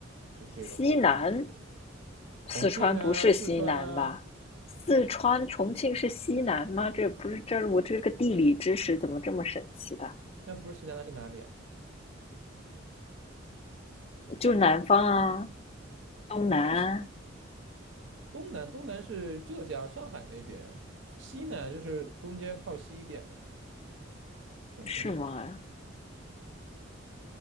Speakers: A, on the right; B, on the left.
A: 这这个口味吧，
B: 西南，
A: 我觉得
B: 四川不是西南吧？
A: 重庆啊、四川啊，
B: 四川重庆是西南吗？这不是这我这个地理知识怎么这么神奇的？
A: 那不是西南那是哪里啊？
B: 就是南方啊，东南啊
A: 但是西东南东南是浙江、上海那边，西南就是中间靠西一点嘛，重庆那边
B: 是吗？